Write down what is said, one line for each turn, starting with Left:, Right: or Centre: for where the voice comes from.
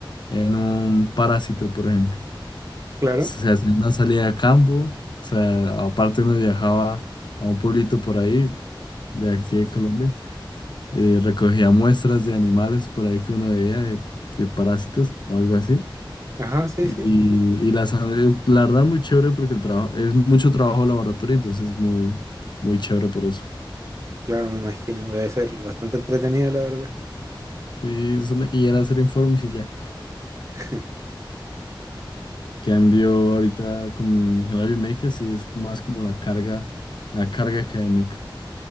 Left: en un parásito, por ejemplo.
Right: claro.
Left: Se hacía una salida a campo, o sea, aparte uno viajaba a un pueblito por ahí, de aquí de Colombia. eh, recogía muestras de animales por ahí que uno veía de, de parásitos o algo así.
Right: Ajá, sí,
Left: Y,
Right: sí.
Left: y las, eh, la verdad muy chévere porque el trabajo es mucho trabajo de laboratorio, entonces muy, muy chévere por eso.
Right: Claro, me imagino. Debe ser bastante entretenido, la verdad.
Left: Sí, solo- y era hacer informes y ya.
Right: <laughs>
Left: Cambio ahorita con la biomédica, sí es más como la carga, la carga académica.